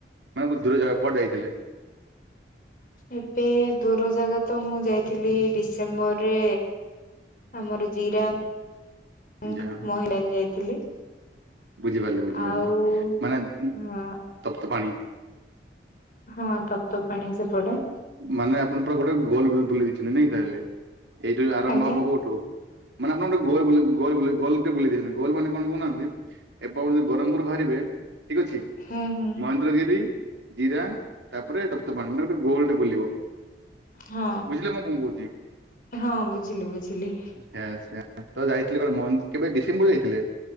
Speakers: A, on the right; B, on the left.
A: ମାନେ କୋଉ ଦୂର ଯାଗା କୁଆଡେ ଯାଇଥିଲେ?
B: ଏବେ ଦୂର ଜାଗା ତ ମୁଁ ଯାଇଥିଲି ଡିସେମ୍ବରରେ ଆମର ଜିରା---ମହିଳାଣ
A: ଯା
B: ଯାଇଥିଲି।
A: ବୁଝିପାରିଲି ବୁଝିପାରିଲି
B: ଆଉ
A: ମାନେ
B: ହଁ
A: ତପ୍ତପାଣି
B: ହଁ ତପ୍ତପାଣି ସେପଟେ।
A: ମାନେ ଆପଣ ପୁରା ଗୋଟେ ଗୋଲ ବୁ-ବୁଲି ଦେଇଚନ୍ତି ନାଇଁ ତାହେଲେ। ଏଇଠୁ ଆରମ୍ଭ
B: ଆଜ୍ଞା
A: ହବ କୋଉଠୁ? ମାନେ ଆପଣ ଗୋଟ ଗୋଲ ବୁଲେ ଗୋଲ ବୁଲେ ଗୋଲ୍ ଟେ ବୁଲେଇ ଦେଇଚନ୍ତି ଗୋଲ୍ ମାନେ କଣ କହୁନାହାନ୍ତି ଏବେ ଆପଣ୍ ଯଦି ବ୍ରହ୍ମପୁରୁ ବାହାରିବେ ଠିକ୍ ଅଛି
B: ହୁଁ ହୁଁ
A: ମହେନ୍ଦ୍ରଗିରି ଜିରାଙ୍ଗ ତାପରେ ତପ୍ତପାଣି ମାନେ ଗୋଟେ ଗୋଲଟେ ବୁଲିବ।
B: ହଁ
A: ବୁଝିଲେ ମୁଁ କଣ କହୁଛି।
B: ହଁ ବୁଝିଲି ବୁଝିଲି।
A: ସେୟା ସେୟା ତ ଯାଇଥିଲେ ଗୋଟେ ମହେନ୍ଦ୍ କେବେ ଡିସେମ୍ବର ରେ ଯାଇଥିଲେ?